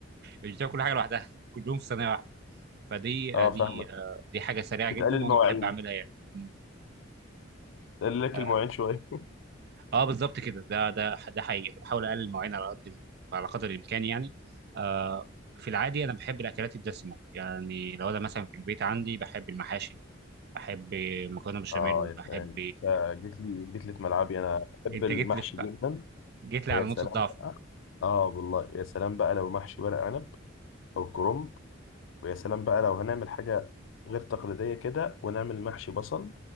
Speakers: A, on the right; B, on the left.
A: مش بتاكل كل حاجه لوحدها <laughs> كلهم في صينيه واحده فدي
B: اه
A: آه، دي
B: فاهمك
A: آه، دي حاجه سريعه
B: بتقلل
A: جدا وانا
B: مواعين
A: بحب اعملها يعني م.
B: بتقلل لك
A: اه
B: المواعين شويه
A: آه، بالظبط كده ده ده ده حقيقي أنا بحاول اقلل المواعين على قد ال- على قدر الامكان يعني آه في العادي انا بحب الاكلات الدسمه يعني لو انا مثلا في البيت عندي بحب المحاشي احب مكرونه بشاميل
B: اه يا
A: احب
B: سلام آه، جيت لي جيت لي في ملعبي انا بحب
A: انت
B: المحشي
A: جيت لي في...
B: جدا
A: جيت لي
B: ويا
A: على
B: سلام
A: نقطه ضعف
B: بقى اه والله يا سلام بقى لو محشي ورق عنب او كرنب ويا سلام بقى لو هنعمل حاجه غير تقليديه كده ونعمل محشي بصل